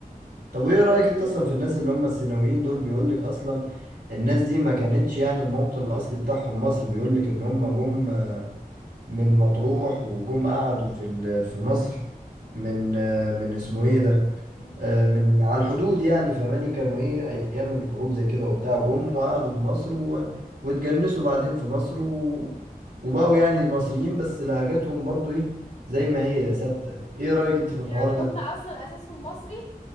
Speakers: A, on the right (about 80°); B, on the left (about 45°).
A: طب ايه رأيك انت اصلا في الناس اللي هم السيناويين دول بيقولك اصلا الناس دي ما كانتش يعني الموطن الاصلي بتاعهم مصر بيقولك ان هم جم من مطروح وجم قعدوا في ال- في مصر من من اسمه ايه ده
B: يعني
A: آه، من على الحدود يعني فماني كانوا ايه ايام الحروب زي كده وبتاع جم وقعدوا في مصر و... واتجنسوا بعدين في مصر و... وبقوا يعني مصريين بس لهجاتهم برضو ايه زي ما هي ثابتة ايه رأيك انت في الحوار
B: يعني
A: ده
B: هم اصلا اساسهم مصري